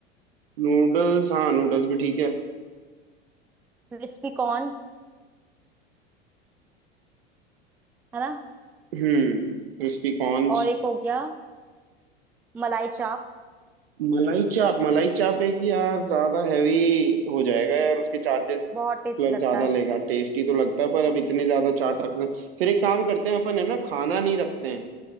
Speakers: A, on the right (about 65°); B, in the centre.
A: नूडल्स हाँ नूडल्स भी ठीक है
B: क्रिस्पी कॉर्न्स है ना
A: हम्म Crispy corns
B: और एक हो गया मलाई चाप
A: मलाई चाप मलाई चाप एक यार ज्यादा हैवी हो जाएगा यार उसके चार्जेस
B: बहुत टेस्टी
A: मतलब
B: लगता
A: ज्यादा
B: है
A: लेगा टेस्टी तो लगता है पर अब इतने ज्यादा चाट रख रहे हैं फिर एक काम करते हैं अपन है ना खाना नहीं रखते हैं